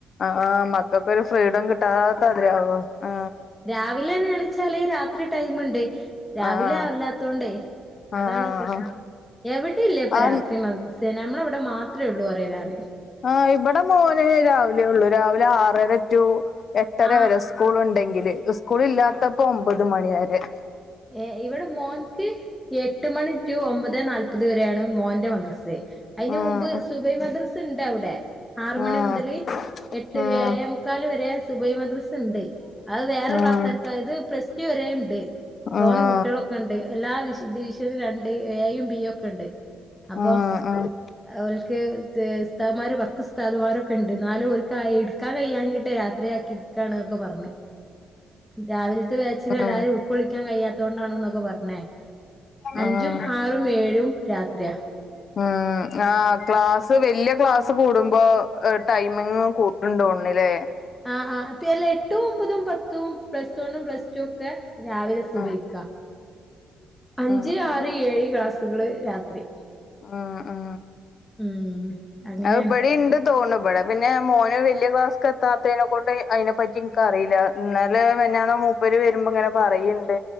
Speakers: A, on the left; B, in the centre.
A: ആഹ് മക്കൾക്കൊരു ഫ്രീഡം കിട്ടാത്താതിരി ആവോ ആ
B: രാവിലെന്നാണ വെച്ചാല് രാത്രി ടൈമ്ണ്ട് രാവിലെ
A: ആഹ്
B: ആവല്ലാത്തോണ്ടേ
A: ആഹ്
B: അതാണ് പ്രശ്നം എവിടെ ഇല്ല ഇപ്പ
A: ആഹ്
B: രാത്രി മദ്രസ് അതെ നമ്മളെ ഇവിടെ മാത്രേ ഉള്ളൂ പറയാ ഞാന്
A: ആഹ് ഇവിടെ മോന് രാവിലെ ഉള്ളൂ രാവിലെ ആറര ടു എട്ടര
B: ആഹ്
A: വരെ സ് സ്കൂൾ ഉണ്ടെങ്കില് സ്കൂള് ഇല്ലാത്തപ്പോ ഒമ്പത് മണി വരെ
B: ഏഹ് ഇവിടെ മോൻക്ക് എട്ട് മണി ടു ഒമ്പതേ നാല് അപ്പത് വരെയാണ് മോന്റെ മദ്രസ് അതിന്
A: ആഹ്
B: മുമ്പ് സുബൈ മദ്രസ് ഉണ്ട് അവിടെ ആറ് മണി
A: ആഹ്
B: മുതല് എട്ട്
A: ആഹ്
B: ഏഴെ മുക്കാൽ വരെ സുബൈ മദ്രസ് ഉണ്ട് അത് വേറെ
A: ആഹ്
B: ക്ലാസാർക്ക് ആതായത് പ്ലസ് ടു വരെണ്ട് തോനെ
A: ആഹ്
B: കുട്ടികളൊ ഒക്കെണ്ട് എല്ലാ വിശ ഡിവിഷനും രണ്ട് ഏയും ബിയും ഒക്കെ ഉണ്ട് അപ്പൊ
A: ആഹ് ആഹ്
B: ഓൽക്ക് ഉസ്താദ്മാര് പത്ത് ഉസ്ഥാ മാരൊക്കെ ഉണ്ട് എന്നാലും ഓൽക്ക് എടുക്കാൻ കഴിയാഞ്ഞി ട്ട് രാത്രി <unintelligible> ഒക്കെ പറഞ്ഞ് രാവിലത്തെ ബാച്ചില്
A: ആഹ്
B: എല്ലാരു ഉൾകൊള്ളിക്കാൻ കഴിയാത്തൊണ്ടാണ് എന്നൊക്കെ പറഞ്ഞെ അഞ്ചും
A: ആഹ്
B: ആറും ഏഴും രാത്രിയാ
A: ഉം ആ ക്ലാസ്സ് വല്ല്യ ക്ലാസ്സ് കൂടുമ്പോ ടൈമിങും കൂട്ടുണ്ടോണിലെ
B: ആ ആ അതെല്ലേ എട്ടും ഒമ്പതും പത്തും പ്ലസ്സ് വണ്ണും പ്ലസ്റ്റുക്കെ രാവിലെ സുബയിക്കാ
A: ആഹ്
B: അഞ്ച്
A: ആഹ് ആഹ്
B: ആറ് ഏഴ് ക്ലാസ്സുകള് രാത്രി
A: ആഹ
B: ഉം അങ്ങനെയാണ്
A: അത് ഇബടേം ണ്ട് തോന്നും ബടെ പിന്നെ മോന് വലിയ ക്ലാസ്ക്ക് എത്താത്തേനെ കൊണ്ട് അതിനെപ്പറ്റി എനിക്കറിയില്ല എന്നലെ മെനിഞ്ഞാന്ന് മുപ്പര് വരുമ്പൊ ഇങ്ങനെ പറയുണ്ട്